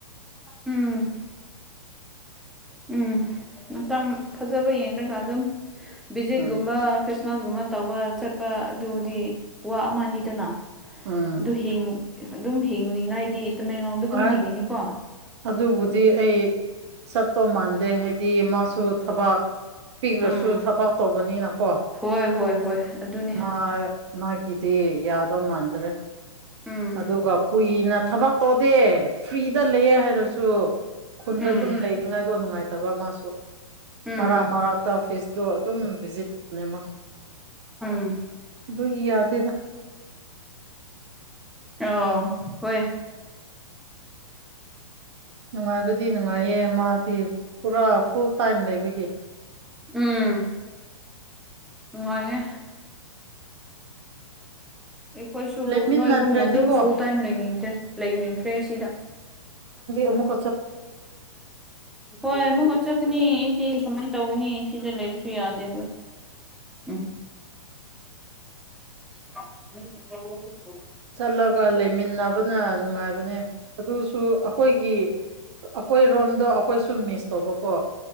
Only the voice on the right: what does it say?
ꯎꯝ
ꯎꯝ
ꯑꯥꯏ
ꯑꯗꯨꯕꯨꯗꯤ ꯑꯩ ꯆꯠꯇꯧ ꯃꯥꯟꯗꯦ ꯍꯥꯏꯗꯤ ꯃꯥꯁꯨ ꯊꯕꯥꯛ ꯄꯤꯈ꯭ꯔꯁꯨ
ꯊꯕꯥꯛ ꯇꯧꯕꯅꯤꯅ ꯀꯣ
ꯃꯥ ꯃꯥꯒꯤꯗꯤ ꯌꯥꯗꯧ ꯃꯥꯟꯗ꯭ꯔꯦ
ꯑꯗꯨꯒ ꯀꯨꯏꯅ ꯊꯕꯛ ꯇꯧꯗꯦ ꯐ꯭ꯔꯤꯗ ꯂꯩꯌꯦ ꯍꯥꯏꯔꯁꯨ ꯈꯨꯟꯗ
ꯑꯗꯨꯝ ꯂꯩꯅꯤꯉꯥꯏꯗꯣ ꯅꯨꯡꯉꯥꯏꯇꯕ ꯃꯥꯁꯨ
ꯃꯔꯥ ꯃꯔꯛꯇ ꯐꯤꯁꯇꯣ ꯑꯗꯨꯝ ꯚꯤꯖꯤꯠ ꯇꯧꯕꯅꯦ ꯃꯥꯁꯨ
ꯗꯏ ꯌꯥꯗꯦꯗ
ꯅꯨꯡꯉꯥꯏꯕꯗꯤ ꯅꯨꯡꯉꯥꯏꯌꯦ ꯃꯥꯗꯤ ꯄꯨꯔꯥ ꯐꯨꯜ ꯇꯥꯏꯝ ꯂꯩꯕꯒꯤ
ꯂꯩꯃꯤꯟꯅꯗ꯭ꯔꯗꯤꯀꯣ
ꯑꯃꯨꯛ
ꯆꯠꯂꯒ ꯂꯩꯃꯤꯟꯅꯕꯅ ꯅꯨꯡꯉꯥꯏꯕꯅꯦ ꯑꯗꯨꯁꯨ ꯑꯩꯈꯣꯏꯒꯤ ꯑꯩꯈꯣꯏ ꯔꯣꯝꯗꯣ ꯑꯩꯈꯣꯏꯁꯨ ꯃꯤꯁ ꯇꯧꯕꯀꯣ